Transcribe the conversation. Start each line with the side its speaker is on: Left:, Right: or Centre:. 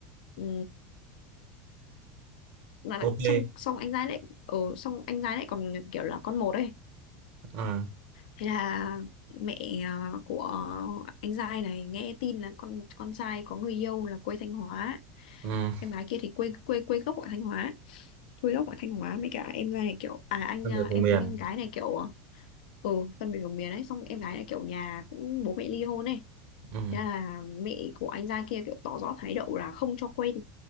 Left: ừ, là là-
Right: ok
Left: xong xong anh giai lại ờ xong anh giai lại còn kiểu là con một ấy
Right: ờ
Left: thế là mẹ à, của anh giai này nghe tin là con con trai có người yêu là quê Thanh Hóa
Right: ừ
Left: em gái kia thì quê quê quê gốc ở Thanh Hóa quê gốc ở Thanh Hóa mấy cả em giai này kiểu à anh
Right: con người
Left: à,
Right: vùng
Left: em
Right: miền
Left: em gái này kiểu à, ừ phân biệt vùng miền ấy xong em gái này kiểu nhà cũng bố mẹ ly hôn ấy
Right: ừ
Left: thế là mẹ của anh giai kia kiểu tỏ rõ thái độ là không cho quen